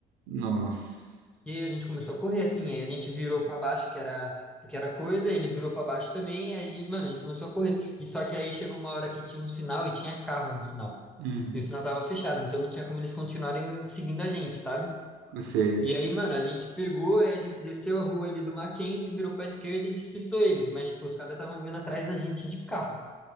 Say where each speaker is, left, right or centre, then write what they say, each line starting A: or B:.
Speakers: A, on the right (about 85°); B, in the centre.
A: Nossa.
B: E aí a gente começou a correr, assim, aí a gente virou pra baixo, que era, que era coisa, ele virou pra baixo também, aí a gente, mano, a gente começou a correr. E só que aí chegou uma hora que tinha um sinal e tinha carro no sinal.
A: Hum,
B: E o sinal tava fechado, então não tinha como eles continuarem seguindo a gente, sabe?
A: eu sei.
B: E aí, mano, a gente pegou, aí a gente desceu a rua ali do Mackenzie, virou pra esquerda e despistou eles. Mas, tipo, os caras estavam vindo atrás da gente de carro.